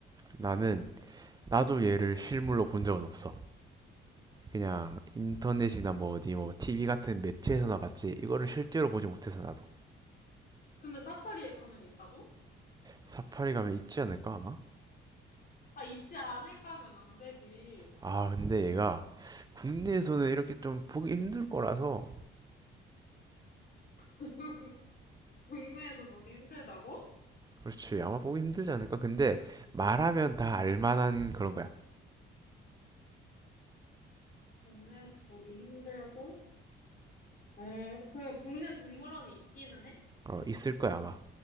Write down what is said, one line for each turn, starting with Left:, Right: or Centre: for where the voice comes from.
Right: 나는 나도 얘를 실물로 본 적은 없어. 그냥 인터넷이나 뭐 어디 뭐 TV 같은 매체에서나 봤지. 이거를 실제로 보지 못해서 나도.
Left: 근데 사파리에 가면 있다고?
Right: 사파리 가면 있지 않을까 아마?
Left: 아, 있지 않을까면 안 되지.
Right: 아, 근데 얘가 국내에서는 이렇게 좀 보기 힘들 거라서
Left: <laughs> 국내에서 보기 힘들다고?
Right: 그렇지. 아마 보기 힘들지 않을까? 근데 말하면 다 알만한 그런 거야.
Left: 국내에서 보기 힘들고, 어, 그 국내 동물원에 있기는 해?
Right: 어, 있을 거야 아마.